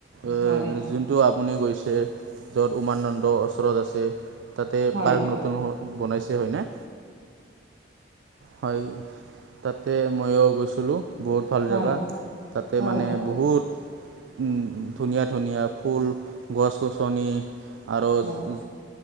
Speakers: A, on the right; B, on the right.
A: এ,
B: হয়।
A: যুন টো আপুনি গৈছে য'ত উমানন্দ ওচৰত আছে। তাতে
B: হয়।
A: পাৰ্ক নতুন বনাইছে হয়নে? হয়। তাতে ময়ো গৈছিলোঁ, বহুত ভাল
B: হয়,
A: জাগা, তাতে
B: হয়,
A: মানে বহুত ওম ধুনীয়া ধুনীয়া ফুল গছ গছনি। আৰু
B: হয়,
A: জ